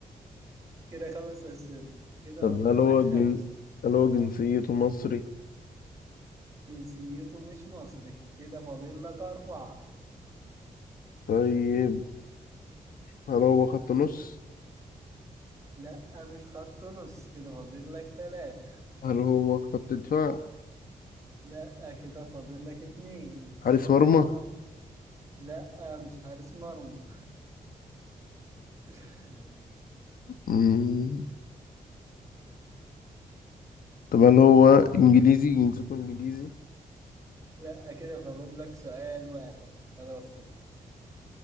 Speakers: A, on the right (about 20°); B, on the left (about 75°).
A: كده خمس أسئلة كده
B: طب
A: فاضل
B: هل هو
A: لك خمسة
B: جن... هل هو جنسيته مصري
A: جنسيته مش مصري كده فاضل لك أربعة
B: طيب هل هو خط نص
A: لا مش خط نص كده فاضل لك ثلاثة
B: هل هو خط دفاع
A: لا كده فاضل لك اتنين
B: حارس مرمى
A: لا مش حارس مرمى <laughs>
B: مم. طب هل هو انجليزي جنسيته انجليزي
A: لا كده فاضل لك سؤال واحد خلاص كده